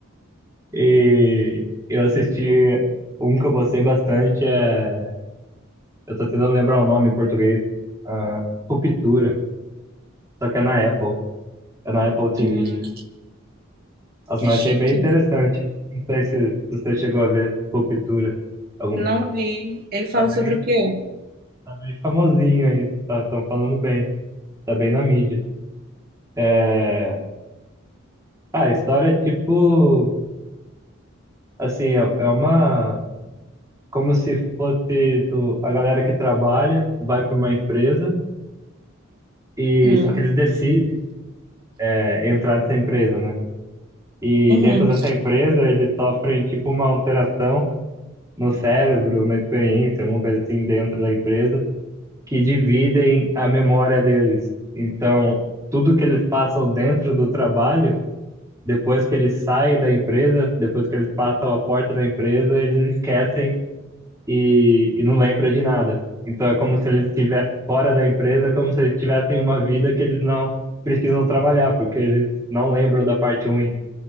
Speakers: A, on the right; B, on the right.
A: e eu assisti um que eu gostei bastante é Eu tô tentando lembrar o nome em português. Ah, Ruptura. Só que é na Apple. É na Apple TV.
B: Hum,
A: As
B: que
A: mas
B: chique.
A: eu achei bem interessante. Não sei se, se você chegou a ver Ruptura. Algum.
B: Não vi. Ele fala
A: Tá bem,
B: sobre o quê?
A: tá bem famosinho aí. Tá, tão falando bem. Tá bem na mídia. É... Ah, a história é tipo. Assim, é, é uma. Como se fosse o- a galera que trabalha, vai para uma empresa e
B: Uhum.
A: só que eles decidem é, entrar nessa empresa, né? E
B: Uhum.
A: dentro dessa empresa, eles sofrem tipo uma alteração no cérebro, uma experiência, alguma coisa assim dentro da empresa, que dividem a memória deles. Então, tudo que eles passam dentro do trabalho, depois que eles saem da empresa, depois que eles passam a porta da empresa, eles esquecem e, e não lembram de nada. Então, é como se eles estivessem fora da empresa, é como se eles tivessem uma vida que eles não precisam trabalhar, porque eles não lembram da parte ruim